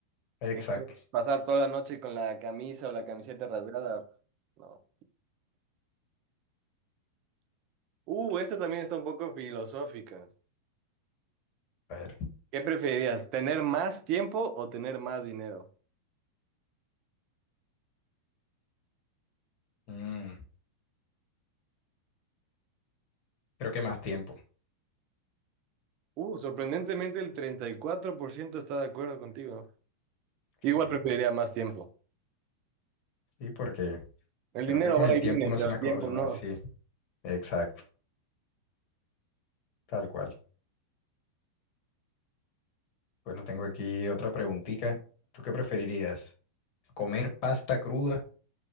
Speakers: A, on the left; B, on the right.
A: exacto.
B: En cambio, pasar toda la noche con la camisa o la camiseta rasgada, no. Uh, esta también está un poco filosófica.
A: A ver.
B: ¿Qué preferirías, tener más tiempo o tener más dinero?
A: Mm, creo que más tiempo.
B: Uh, sorprendentemente el 34% está de acuerdo contigo. Yo igual
A: Sí,
B: preferiría más tiempo.
A: sí, porque
B: El
A: creo
B: dinero
A: que con
B: va
A: el
B: y
A: tiempo
B: viene,
A: uno
B: pero
A: hace más
B: el tiempo
A: cosas,
B: no.
A: sí, exacto, tal cual. Bueno, tengo aquí otra preguntita. ¿Tú qué preferirías? ¿Comer pasta cruda